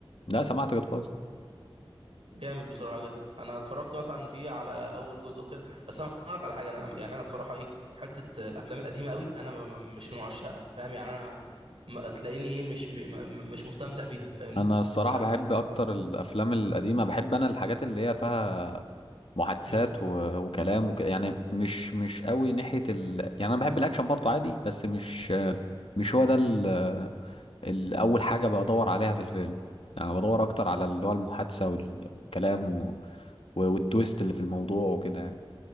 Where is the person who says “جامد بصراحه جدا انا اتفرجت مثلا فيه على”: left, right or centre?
Right